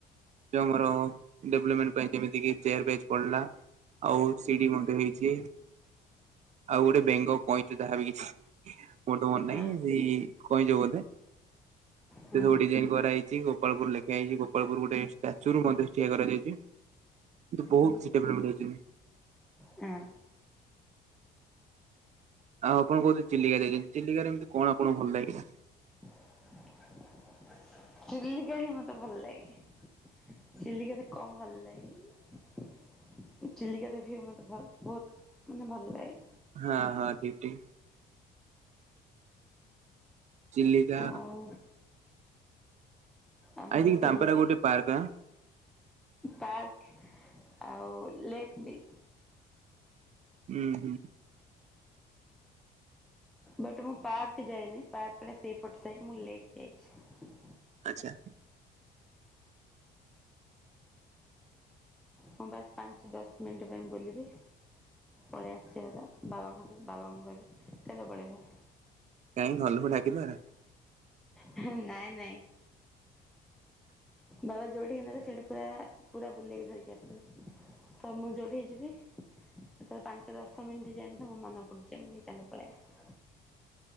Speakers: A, on the right; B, in the centre.
A: ଯୋଉ ଡେଭଲପମେଣ୍ଟ ପାଇଁ ଯେମିତି କିି ଚେୟାର ବେଜ୍ ପଡିଲା। ଆଉ ସିଡି ମଧ୍ୟ ହେଇଛି, ଆଉ ଗୋଟେ ବେଙ୍ଗ ଯାହାବି କିଛି ମୋର ତ ମନେ
B: ହଁ
A: ନାହିଁ ସେଇ କଇଁଛ ବୋଧେ।
B: ହଁ
A: ସେ ସବୁ ଡିଜାଇନ କରା ହେଇଛି। ଗୋପାଳପୁର ଲେଖା ଯାଇଛି, ଗୋାଳପୁର ଗୋଟେ ଷ୍ଟାଚ୍ୟୁ ମଧ୍ୟ ଠିଆ କରାଯାଇଛି। କିନ୍ତୁ ବହୁତ
B: ହୁଁ
A: କିଛିଲମେଣ୍ଟ ହେଇଛନ୍ତି।
B: ହଁ।
A: ଆଉ ଆପଣ କହୁଥିଲେ ଚିଲିକା ଯାଇଛନ୍ତି, ଚିଲିକାରେ ଏମିତି କଣ ଆପଣଙ୍କୁ ଭଲ ଲାଗିଲା?
B: <inaudible> ଚିଲିକା ହିଁ ମତେ ଭଲ ଲାଗେ। ଚିଲିକାରେ କଣ ଭଲ ଲାଗେନି? ଚିଲିକା ଯିବାକୁ ମତେ ବହୁ - ବହୁତମାନେ ଭଲ ଲାଗେ।
A: ହଁ- ହଁ - ଠିକ୍ - ଠିକ୍। ଚିଲିକା
B: ଆଉ ଆମର
A: ଆଇ ଥିଙ୍କ
B: ଚିଲିକା।
A: ତାମ୍ପାରା ଗୋଟେ ପାର୍କ ଆଁ
B: ପାର୍କ ଆଉ ଲେକ୍ ବି
A: ହୁଁ- ହୁଁ।
B: ବଟ୍ ମୁଁ ପାର୍କ ଯାଏନି। ପାର୍କଟା ସେଇପଟ ସାଇଟ ମୁଁ ଲେକ୍ ଯାଇଛି।
A: ଆଚ୍ଛା।
B: ମୁଁ ବାସ୍ ପାଞ୍ଚ ଦଶ ମିନିଟ୍ ପାଇଁ ବୁଲିବି ପଳେଇ ଆସିବି ବାବାଙ୍କ ସ ବାବାଙ୍କୁ କହି ବିି ଚାଲ ପଳେଇବା।
A: କାହିଁକି ଘଲକୁ ଡାକିଥାଆନ୍ତ।
B: ହେ ନାଇଁ - ନାଇଁ। ବାବା ଯୋଉଠିକି ନେବେ ସେଇଠା ପୁରା, ପୁରା ବୁଲେଇକି ଧରିକି ଆସିବେ। ତ ମୁଁ ଯୋଉଠିକି ଯିବି ତ ପାଞ୍ଚ ଦଶ ମିନିଟ ଯାଇନଥିବ ମୋର ମନେ ପଡିୁଛି ମୁ ଚାଲ ପଲେଇବା। <inaudible>